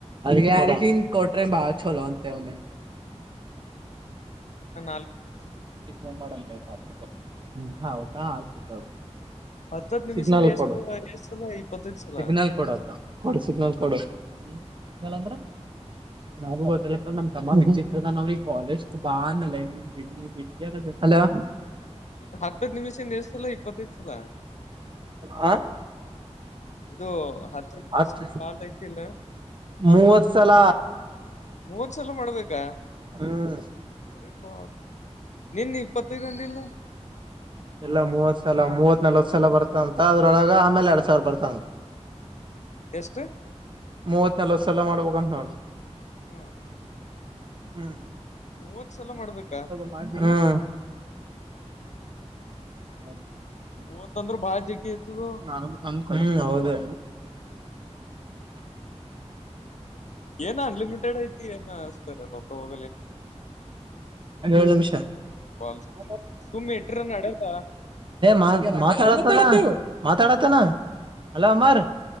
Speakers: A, on the right (about 45°); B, on the left (about 85°).
A: ಗ್ಯಾರೆಂಟಿ ಕೊಟ್ರೆ ಬಾಳ ಚಲೋ ಅಂತೇವ್ನೆ.
B: <inaudible>
A: ಫೋನ್ ಮಾಡ ಅಂತ ಹೇಳ್ ರಾತ್ರಿ ಕೊ ಹೌದಾ ಆಯ್ತು ತೊಗೊ.
B: ಹತ್ತತ್ ನಿಮಿಷದಿಂದ
A: ಸಿಗ್ನಲ್
B: ಎಷ್ಟ
A: ಕೊಡು
B: ಎಷ್ಟ್ ಸಲ ಇಪ್ಪತ್ತೈದ್ ಸಲ
A: ಸಿಗ್ನಲ್ ಕೊಡೋತ, ಕೊಡು ಸಿಗ್ನಲ್ ಕೊಡು ಸಿಗ್ನಲ್ ಸಿಗ್ನೇಲ ಅಂದ್ರ. <unintelligible> ಹಲೋ,
B: ಹತ್ತುಗ ನಿಮಿಷ ನಿಲ್ಸಲ್ಲ ಇಪ್ಪತ್ತೈದಸಲ.
A: ಹಾ,
B: ಇದು ಹತ್ತ ಐದ್ ನಿಮಿಷ
A: ಹತ್
B: ಕಾಲ್ನು ಹೇತಿಲ್ಲನಾ.
A: ಮೂವತ್ ಸಲ
B: ಮೂವತ್ತ್ ಸಲ ಮಾಡ್ಬೇಕಾ,
A: ಹ್ಮ,
B: ಅರೆೇ ಬಾ ನಿನ್ನಿ ನೀ ಇಪ್ಪತ್ತಂದಿಲ್ಲ.
A: ಎಲ್ಲಾ ಮೂವತ್ ಸಲ ಮೂವತ್ ನಲ್ವತ್ ಸಲ ಬರ್ತವ ಅಂತ ಅದ್ರೊಳಗ ಆಮೇಲ ಎರಡ್ ಸಾವಿರ ಬರ್ತಾವಂತ.
B: ಎಷ್ಟ,
A: ಮೂವತ್ ನಲ್ವತ್ ಸಲ ಮಾಡ್ಬೇಕಂತ ನೋಡ್
B: ಹಾ
A: ಹ್ಮ.
B: ಮೂವತ್ ಸಲ ಮಾಡ್ಬೇಕಾ,
A: ಹ್ಮ. <inaudible>
B: ಮೂವತ್ತ ಅಂದ್ರ ಬಾಳ ಜಿಗ್ಗಿ ಅತ್ದ್ದೊ.
A: ಹ್ಮ ಹೌದು.
B: ಏನ ಅನ್ಲಿಮಿಟೆಡ್ ಐತಿ ಏನ ಅಷ್ಟ ರೊಕ್ಕ ಹೋಗಲ್ಲೆ.
A: ಏಳ ನಿಮಿಷ.
B: ಕಾಲ್
A: ಹ
B: ಸುಮ್ಮ್ ಇಟ್ರ ನಡಲ್ಲ
A: ಮಾ ಮಾತಾಡತ ಮಾತಾಡತನಾ ಹಲೋ ಅಮರ್